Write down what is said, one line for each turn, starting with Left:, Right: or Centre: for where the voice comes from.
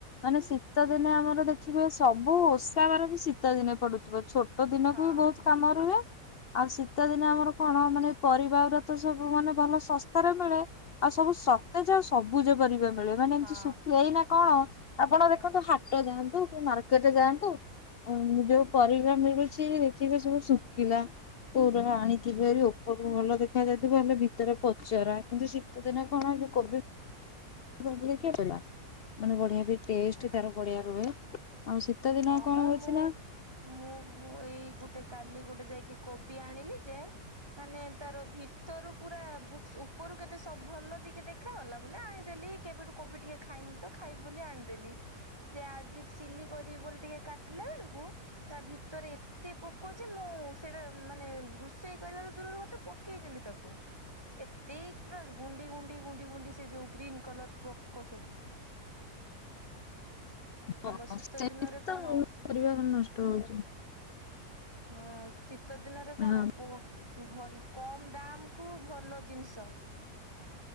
Left: ମାନେ ଶୀତ ଦିନେ ଆମର ଦେଖିବେ ସବୁ ଓଷା ବାର ବି ଶୀତ ଦିନେ ପଡୁଥିବ ଛୋଟ ଛୋଟ ଦିନକୁ
Right: ହଁ
Left: ବି ବହୁତ
Right: ହଁ
Left: କାମ ରୁହେ। ଆଉ ଶୀତ ଦିନେ ଆମର କଣ ମାନେ ପରିବାର ର ତ ସବୁ ମାନେ ଭଲ ଶସ୍ତାରେ ମିଳେ। ଆଉ ସବୁ ସତେ ଯେ ଆଉ ସବୁଜ ପରିବା ମିଳେ ମାନେ ଏମତି
Right: ହଁ
Left: ଶୁଖୀ ଏଇନା କଣ ଆପଣ ଦେଖନ୍ତୁ
Right: ହଁ।
Left: ହା ଟ ଯାଆନ୍ତୁ କି ମାର୍କେଟରେ ଯାଆନ୍ତୁ। ଓ ଯୋଉ ପରିବା ମିଳୁଛି ଦେଖିବେ ସବୁ ଶୁକିଲା। କଉରା ଆଣିଥିବେ ଭାରି ଉପରକୁ ଭଲ ଦେଖା ଯାଉଥିବ ହେଲେ ଭିତରେ ପଚରା କିନ୍ତୁ ସେ ତ ଦିନେ କଣ ଯଉ କୋବି ମାନେ ବଢିଆ ବି ଟେ
Right: ହୁଁ
Left: ତାର ବଢିଆ ରୁହେ ଆଉ ଦିନ
Right: ହଁ
Left: କଣ
Right: ବା
Left: ହଉଛି
Right: ମୁଁ
Left: ନା
Right: ମୁଁ ଏଇ ଗୋଟେ କାଲି ଗୋଟେ ଯାଇକି କୋବି ଆଣିଲି ଯେ ମାନେ ତାର ଭିତରୁ ପୁରା ଉପରୁ କେତେ ଭଲ ଟିକେ ଦେଖାାଗଲା ବୋ ଆଣିଦେଲି। କେବେଠୁ କୋବି ଟିକେ ଖାଇନି ତ ଖାଇ ବୋଲି ଆଣିଦେଲି ସେ ଆଜି ସିଲି କରି ବୋଲି ଟିକେ କାଟିଲା ବେଳକୁ ତା ଭିତରେ ତ ପୋକଛି ମୁଁ ସେଇଟା ମାନେ ରୋଷେଇ କରିବା ଦୂରରୁ ମତେ ପକେଇ ଦେେଲି ତାକୁ ଏତେ ପୁରା ଗୁଡି ଗୁ ଗୁଡି ଗୁ ସେ ଯୋଉ ଗ୍ରୀନ୍ କଲର ପୋକ ସବୁ
Left: <inaudible> ବ
Right: ଆମ ଶୀତ
Left: ସେ
Right: ଦିନରେ
Left: ତ
Right: କଣ
Left: ମୁ କରିବା କଣ ନଷ୍ଟ ହଉଛି।
Right: ହଁ ଶୀତ ଦିନରେ କଣ?
Left: ହଁ
Right: ଓ ଭଲ କମ ଦାମ କୁ ଭଲ ଜିନିଷ।